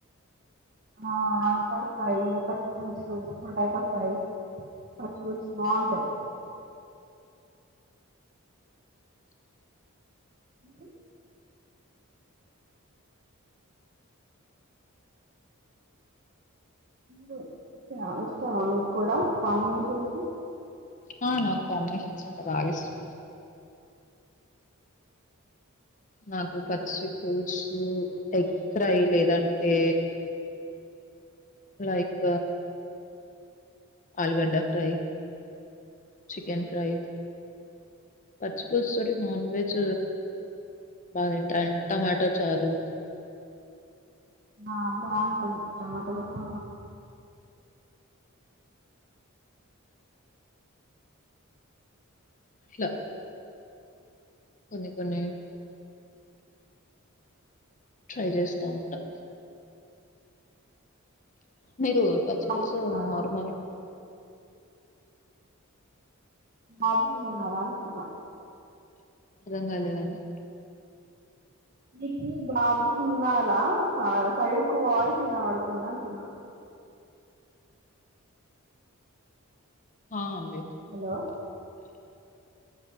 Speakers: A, on the right; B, on the left.
A: ఆ వంకాయ ఫ్రై పచ్చిపులుసు పొటాటో ఫ్రై పచ్చిపుల్స్ బాంటాయి ఉమ్ రు ఇ ఇస్తావా మీకు కూడా కం న చెతు
B: ఆ నాకు కాంబినేషన్స్ అంట బాగా ఇస్తుందిం నాకు పచ్చి ల్స్ ఎగ్ ఫ్రై లేదంటే లైక్ ఆలగడా ఫ్రై చికెన్ ఫ్రౌ పచ్చిపుడ నన్ వెెజ బాగాంట అంట టమాటో చారు
A: ఆ బాగుంటాంది టమాటకు
B: అట్లా కొన్ని కొన్ని ట్రై చేస్తా ఉంటా మీరు పచ్చి
A: బాబు
B: పులుసు
A: ఉన్నాడా
B: నార్మల్
A: అబ అ సన్న
B: అథం కాలేదని
A: నీకు బాబు ఉన్నారా ఆ సైడ్కు వాయి తినబడుతుంది అంటున్నా
B: అవును
A: హలో